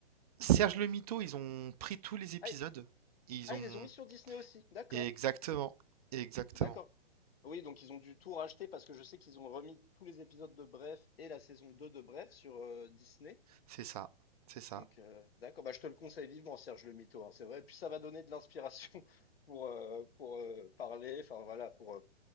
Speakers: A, on the right; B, on the left.
A: Serge le Mytho, ils ont pris tous les épisodes,
B: Ah, i-
A: ils
B: ah,
A: ont
B: ils les ont mis sur Disney aussi. D'accord,
A: exactement, exactement.
B: d'accord. Oui, donc ils ont dû tout racheter parce que je sais qu'ils ont remis tous les épisodes de Bref et la saison 2 de Bref sur euh, Disney.
A: C'est ça, c'est ça.
B: Donc, euh, d'accord, bah, je te le conseille vivement, Serge le Mito, hein, c'est vrai. Puis ça va donner de l'inspiration <laughs> pour, euh, pour euh, parler. Enfin, voilà, pour, euh,